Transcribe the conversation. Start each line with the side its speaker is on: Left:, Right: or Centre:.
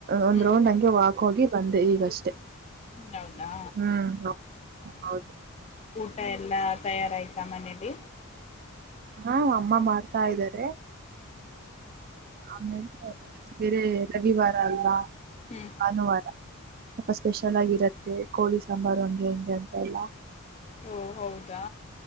Right: ಒಂದ್
Left: ಹ್ಮ್
Right: ರೌಂಡ್ ಹಂಗೆ ವಾಕ್ ಹೋಗಿ ಬಂದೆ ಈಗಷ್ಟೇ
Left: ಹೌದಾ
Right: ಹ್ಮ್ ಹೌದು
Left: ಊಟ ಎಲ್ಲ ತಯಾರಾಯ್ತಾ ಮನೇಲಿ
Right: ಹಾ ಅಮ್ಮ ಮಾಡ್ತಾ ಇದ್ದಾರೆ
Left: ಹ್ಮ್
Right: ಆಮೇಲೆ ಬೇರೆ ರವಿವಾರ ಅಲ್ಲ
Left: ಹ್ಮ್
Right: ಭಾನುವಾರ ಸ್ವಲ್ಪ ಸ್ಪೆಷಲ್ ಆಗಿ ಇರುತ್ತೆ ಕೋಳಿ ಸಾಂಬಾರ್ ಹಂಗೆ ಹೆಂಗೆ ಅಂತ ಎಲ್ಲ
Left: ಓ ಹೌದಾ